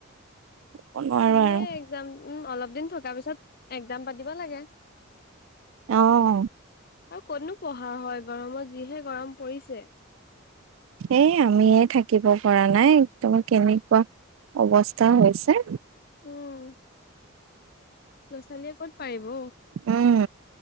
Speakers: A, on the right; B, on the left.
A: নোৱাৰো
B: খুলিয়েই
A: আৰু
B: একজাম। উম, অলপ দিন থকা পিছত একজাম পাতিব লাগে।
A: অ'।
B: আৰু কতনো পঢ়া হয় বাৰু, <unintelligible> যিহে গৰম পৰিছে।
A: সেই আমিয়ে থাকিব পৰা নাই, একদমাৰ কেনেকুৱা অৱস্থা, হৈছে।
B: উম ল'ৰা, ছোৱালীয়ে ক'ত পাৰিব।
A: উম,